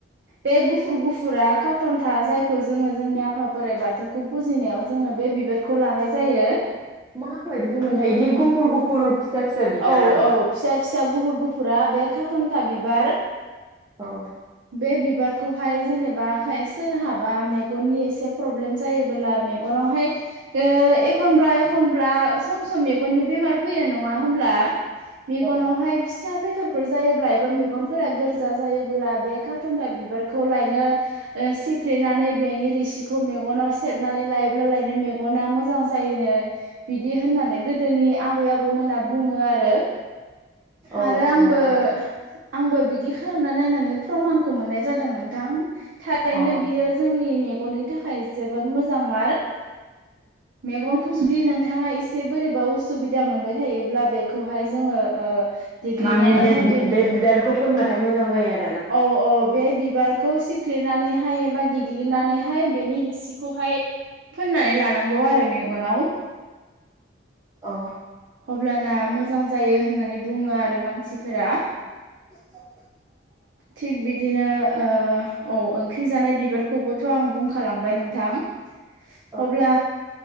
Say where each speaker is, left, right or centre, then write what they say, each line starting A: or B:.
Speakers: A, on the right (about 75°); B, on the right (about 20°).
A: बे गुफुर गुफुरा कार्टन था जायखौ जोङो जोंनि आफा बोराइ बाथौखौ फुजिनायाव जोङो बे बिबारखौ लानाय जायो।
B: माबायदिखौनोमथाय इदि गुफुर गुफुर फिसा फिसा बिबारा
A: औ
B: नामा?
A: औ फिसा फिसा गुफुर गुफुरा बे खााथन्था बिबार।
B: औ।
A: बे बिबारखौहाय जेनेबा खाय सोरहाबा मेगननि एसे प्रब्लेम जायोबोला मेगनावहाय ओ एखनब्ला एखनब्ला सम सम मेगननि बेमार फैयो नङा होमब्ला? मेगनावहाय
B: औ
A: फिसा बेदरफोर जायोब्ला एबा मेगनफोरा गोरजा जायोबोब्ला बे खााथनथा बिबारखौ लायनो ओ सिफ्लेनानै बेनि रिसिखौ मेगनाव सेबनानै लायोब्ला लायनो मेगना मोजां जायोनो। बिदि होननानै गोदोनि आबै आबौमोना बुङो आरो।
B: औ
A: आरो आंबो
B: औ नों
A: आंबो बिदि खालामना नायनानै प्रमानखौ मोननाय जादों नोंथां थारैनो
B: अ
A: बियो जोंनि मेगननि थाखाय जोबोद मोजां मार।
B: <inaudible>
A: मेगनखौ जुदि नोंथाङा एसे बोरैबा उसुबिदा मोनबाय थायोब्ला बेखौहाय जोङो ओ <inaudible>
B: माने बे
A: बेनि
B: बे बिबारखौ फोनबाथाय मोजां जायो आरो।
A: औ औ बे बिबारखौ सिप फ्लेनानैहाय एबा देग्लिनानैहाय बेनि रिसिखौहाय फोननानै लानांगौ आरो मेगनाव।
B: अ।
A: अब्लाना मोजां जायो होननानै बुङो आरो मानसिफोरा।
B: <inaudible>
A: थिग बिदिनो ओ औ ओंख्रि जानाय बिबारखौबोथ' आं बुंखालांबाय नोंथां।
B: <inaudible>
A: अब्ला